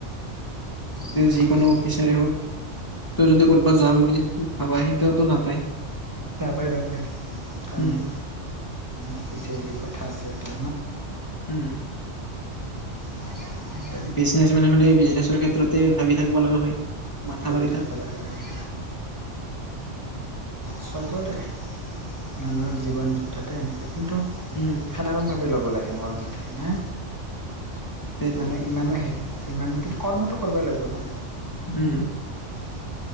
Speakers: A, on the right (about 15°); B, on the left (about 15°).
A: বহুত
B: যিকোনো
A: কষ্ট
B: অফিচাৰে হওঁক। তই যদি ক'ৰবাত যাম বুলি ভাবা। সেইটোটো নাপায়।
A: নাপায় নাপায়। অ',
B: উম
A: অফিচিয়েলি কথা আছে তো।
B: উম্,
A: হয় দিয়া, হয় দিয়া।
B: বিজনেছ মেন হলে বিজনেছৰ ক্ষেত্ৰতে ভাবি থাকিব লগা হয়। মাথা
A: খাই
B: মাৰি
A: বৈ থাকিব
B: থাক।
A: লগা হয়। চবৰে মানুহৰ জীৱন যুদ্ধতে এনেকে। কিন্তু
B: উম।
A: সাধাৰণভাৱে ল'ব লাগে মোৰমতে, হা
B: সেইটো
A: মানে ইমানো হে ইমান কিন্তু, কৰ্মটো কৰাই লাগব না।
B: উম।
A: ত ত <unintelligible>